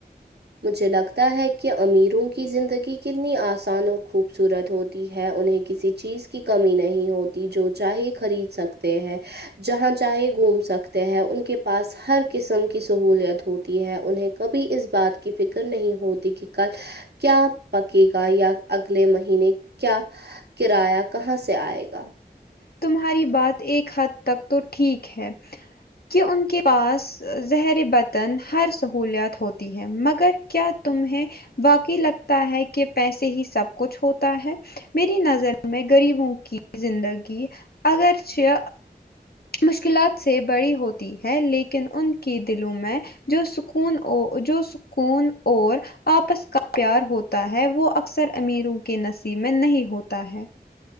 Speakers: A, on the right; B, on the left.
A: مجھے لگتا ہے کہ امیروں کی زندگی کتنی آسان اور خوبصورت ہوتی ہے انہیں کسی چیز کی کمی نہیں ہوتی جو چاہے خرید سکتے ہیں جہاں چاہے گھوم سکتے ہیں ان کے پاس ہر قسم کی سہوولت ہوتی ہے انہیں کبھی اس بات کی فکر نہیں ہوتی کہ کل کیا پکے گا یا اگلے مہینے کیا کرایہ کہاں سے آئے گا
B: تمہاری بات ایک حد تک تو ٹھیک ہے کہ ان کے پاس زہر وتان ہر سہولیات ہوتی ہے مگر کیا تمیں واقعی لگتا ہے کہ پیسے ہی سب کچھ ہوتا ہے میری نظر میں غریبوں کی زندگی اگرچہ مشکلات سے بڑی ہوتی ہے لیکن ان کی دلوں میں جو سکون اور جو سکون اور آپس کا پیار ہوتا ہے وہ اکثر امیروں کے نصیب میں نہیں ہوتا ہے